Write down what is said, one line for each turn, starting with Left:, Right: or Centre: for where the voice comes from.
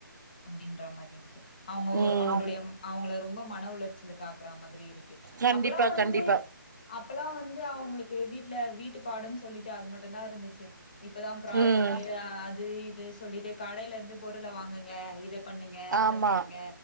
Left: அப்டின்ற மாரி இருக்கு அவங்க
Right: ம்
Left: அவங்களுடைய அவங்கள ரொம்ப மன உளைச்சலுக்கு ஆக்குற மாரி இருக்கு
Right: கண்டிப்பா
Left: அப்பெல்லா வந்து
Right: கண்டிப்பா
Left: அப்பல்லா வந்து அவங்களுக்கு வீட்ல வீட்டு பாடும்ன்னு சொல்லிட்டு அது மட்டுதா இருந்துச்சு இப்பதா ப்ராஜெக்ட்
Right: ம்
Left: அது இது சொல்லிட்டு கடையில இருந்து பொருள வாங்குங்க இத பண்ணுங்க அத
Right: ஆமா
Left: பண்ணுங்க